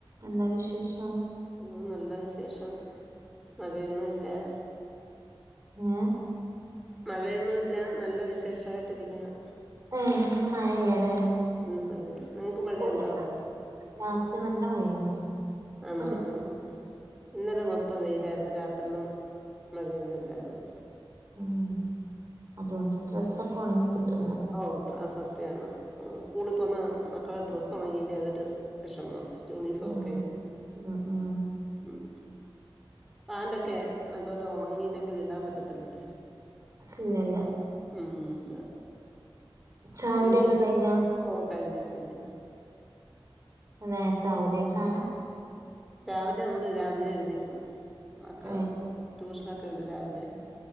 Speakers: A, on the right; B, in the centre.
A: എന്താ വിശേഷം
B: ഉം നല്ല വിശേഷം മഴയൊന്നും ഇല്ലേ
A: ഏ
B: മഴയൊന്നും ഇല്ല നല്ല വിശേഷായിട്ടിരിക്കുന്നു
A: ഏ ഇന്ന് മഴല്ലല്ലേ
B: <unintelligible> നിങ്ങക്ക് മഴയുണ്ടോ
A: ഇവിടെ
B: അവിടെ
A: രാത്രി നല്ല മഴേനു
B: <unintelligible>
A: ഇപ്പ
B: ഇന്നലെ മൊത്തം വെയിലായിരുന്നു രാത്രിന്നും മഴയൊന്നും ഇല്ലാരുന്നു
A: ഉം അതുകൊണ്ട് ഡ്രസ്സൊക്കെ ഉണങ്ങി കിട്ടുലേ.
B: ഓ സത്യമാണ് സ്കൂളിപ്പോന്ന മക്കളെ ഡ്രസ്സ് ഉണങ്ങില്ല അതൊരു വിഷമ യൂണിഫോമോക്കെ
A: ഉം ഉം ഉം
B: <inaudible> ഉം പാൻ്റോക്കെ നല്ലോലേ ഉണങ്ങിയില്ലെങ്കി ഇടാൻ പറ്റത്തില്ലല്ല
A: ഇല്ലല്ല
B: ഉം
A: ചായുടി
B: പിന്നെ
A: ഒക്കെ കഴിഞ്ഞ
B: ഓ കഴിഞ്ഞു കഴിഞ്ഞു
A: നേരത്തെ ആവുലെ ചായ
B: രാവിലെ നമ്മള് രാവിലെ എഴുന്നേക്കും മക്കെ
A: ഏ
B: ട്യൂഷനൊക്കെ ഉണ്ട് രാവിലെ